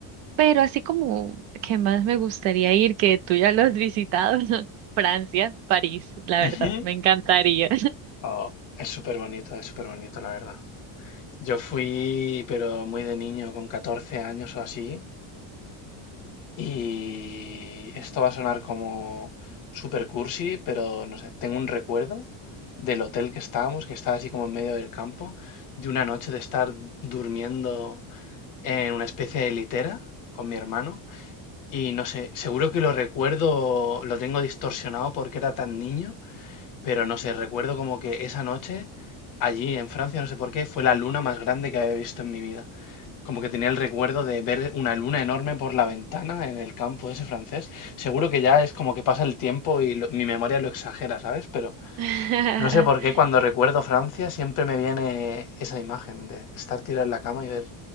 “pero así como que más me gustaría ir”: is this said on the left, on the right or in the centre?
Right